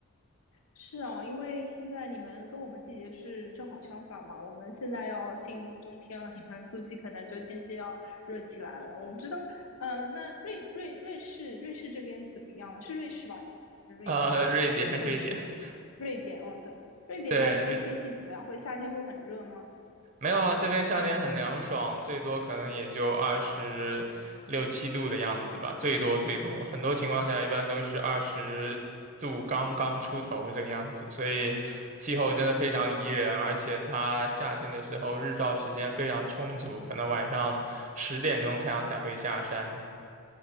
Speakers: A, on the left (about 80°); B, on the right (about 35°).
A: 是啊，因为现在你们跟我们季节是正好相反嘛，我们现在要进入冬天了，<laughs> 你们估计可能就天气要热起来了。我不知道，嗯、那瑞瑞瑞士瑞士这边怎么样了？是瑞士吧？你的还是瑞典？
B: <laughs> 呃，瑞典，
A: 瑞士，
B: 瑞典，
A: 瑞典，哦，对，瑞典那这边天气怎么样？
B: 对，
A: 会夏天会很热吗？
B: 没有啊，这边夏天很凉爽，最多可能也就二十六七度的样子吧，最多最多，很多情况下一般都是二十度刚刚出头这个样子，所以气候真的非常宜人，而且它夏天的时候日照时间非常充足，可能晚上十点钟太阳才会下山。